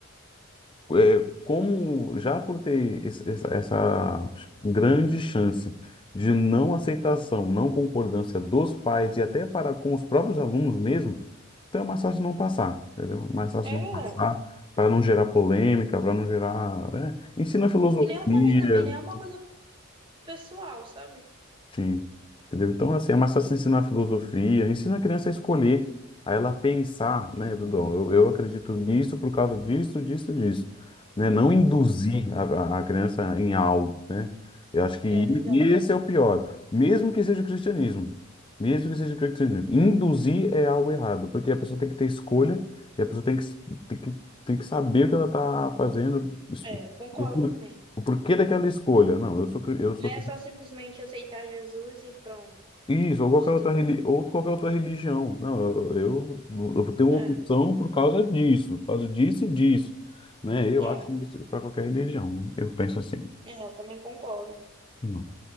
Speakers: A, on the left; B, on the right.
A: é, como já por ter esse- essa, essa grande chance de não aceitação, não concordância dos pais e até para com os próprios alunos mesmo, então é mais fácil não passar, entendeu? É Mais fácil
B: É
A: não
B: verdade.
A: passar para não gerar polêmica, para não gerar, né? Ensina filosofia,
B: E que nem eu falei também, né? É uma coisa pessoal, sabe?
A: Sim. Entendeu? Então, assim, é mais fácil ensinar filosofia, ensina a criança a escolher, a ela pensar, né, Bruno? Eu, eu acredito nisso por causa disso, disso, disso. Né? Não induzir
B: Sim,
A: a, a a criança em algo, né? Eu acho que
B: é verdade.
A: e- esse é o pior. Mesmo que seja o cristianismo. Mesmo que seja o cristianismo. Induzir é algo errado, porque a pessoa tem que ter escolha e a pessoa tem que, s- tem que, tem que saber o que ela está fazendo, esco-
B: É, eu concordo
A: o,
B: também.
A: o o porquê daquela escolha. Não, eu sou, cri- eu sou
B: Não é só simplesmente aceitar Jesus e pronto.
A: isso, ou qualquer
B: Você
A: outra,
B: tem...
A: reli- ou qualquer outra religião. Não, eu, eu, eu tenho
B: que...
A: opção
B: É,
A: por causa disso, por causa disso e disso, né? Eu
B: é,
A: acho isso para qualquer religião, né? Eu penso assim.
B: é, eu também concordo.
A: Não.